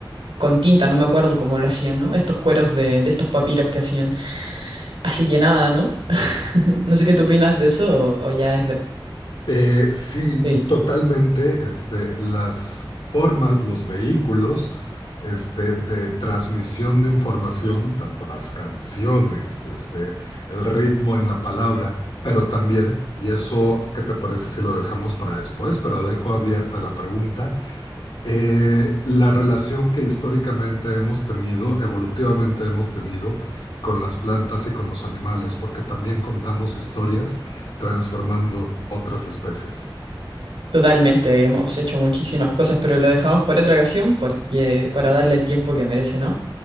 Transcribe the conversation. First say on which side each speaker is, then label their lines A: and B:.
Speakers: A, on the right; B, on the left.
A: con tinta, no me acuerdo cómo lo hacían, ¿no? Estos cueros de, de estos papiros que hacían. Así que nada, ¿no? No sé qué tú opinas de eso o, o ya es de...
B: Eh, sí,
A: Sí,
B: totalmente, este, las formas, los vehículos. Este, de transmisión de información, tanto las canciones, este, el ritmo en la palabra, pero también, y eso, ¿qué te parece si lo dejamos para después? Pero dejo abierta la pregunta, eh, la relación que históricamente hemos tenido, evolutivamente hemos tenido con las plantas y con los animales, porque también contamos historias transformando otras especies.
A: totalmente, hemos hecho muchísimas cosas, pero lo dejamos por otra ocasión porque para darle el tiempo que merece, ¿no?